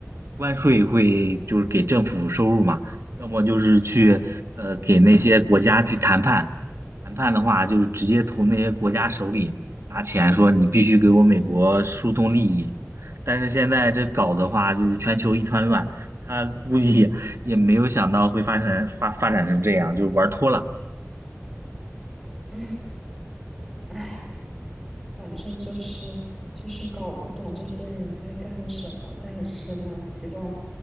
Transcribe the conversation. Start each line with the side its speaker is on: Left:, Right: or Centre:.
Right: 关税会就是给政府收入嘛，要么就是去呃给那些国家去谈判，谈判的话就是直接从那些国家手里拿钱，说你必须给我美国输送利益，但是现在这搞的话就是全球一团乱，他估计。也没有想到会发展发发展成这样，就玩脱了。
Centre: <laughs> 唉。反正就是就是搞不懂这些人在干什么，但是呢，希望